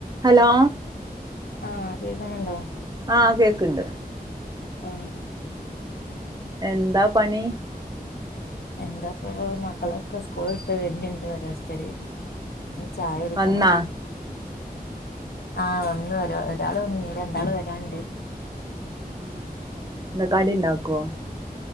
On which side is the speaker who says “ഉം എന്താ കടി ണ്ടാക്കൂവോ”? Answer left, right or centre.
Right